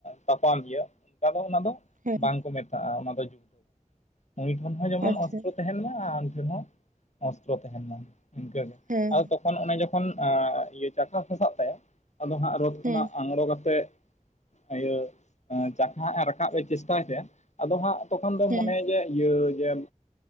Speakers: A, on the left; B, on the right.
A: ᱛᱟᱯᱟᱢ ᱤᱭᱟᱹ ᱚᱱᱠᱟ ᱫᱚ ᱚᱱᱟ ᱫᱚ
B: ᱦᱮᱸ
A: ᱵᱟᱝ ᱠᱚ ᱢᱮᱛᱟᱜᱼᱟ ᱚᱱᱟ ᱫᱚ ᱡᱩᱫ ᱩᱱᱤ ᱴᱷᱮᱱ ᱦᱚᱸ ᱡᱮᱢᱚᱱ
B: ᱟᱪᱪᱷᱟ
A: ᱚᱥᱛᱨᱚ ᱛᱟᱦᱮᱱ ᱢᱟ ᱟᱨ ᱟᱢ ᱴᱷᱮᱱ ᱦᱚᱸ ᱚᱥᱛᱨᱚ ᱛᱟᱦᱮᱱ ᱢᱟ ᱤᱱᱠᱟᱹᱜ ᱜᱮ ᱾
B: ᱦᱮᱸ᱾
A: ᱟᱫᱚ ᱛᱚᱠᱷᱚᱱ ᱚᱱᱮ ᱡᱚᱠᱷᱚᱱ ᱟᱸ ᱤᱭᱟᱹ ᱪᱟᱠᱟ ᱯᱷᱟᱥᱟᱜ ᱛᱟᱭᱟ, ᱟᱫᱚ ᱦᱟᱸᱜ ᱨᱳ ᱠᱷᱚᱱᱟᱜ
B: ᱦᱮᱸ
A: ᱟᱝᱨᱚ ᱠᱟᱛᱮᱜ, ᱟᱭᱟᱹ ᱟᱸ ᱪᱟᱠᱷᱟ ᱦᱟᱸᱜ ᱮ ᱨᱟᱠᱟᱵ ᱮ ᱪᱮᱥᱴᱟᱭ ᱛᱟᱭᱟ, ᱟᱫᱚ ᱦᱟᱸᱜ ᱛᱚᱠᱷᱚᱱ ᱫᱚ
B: ᱦᱮᱸ
A: ᱚᱱᱮ ᱡᱮ, ᱤᱭᱟᱹ ᱡᱮ,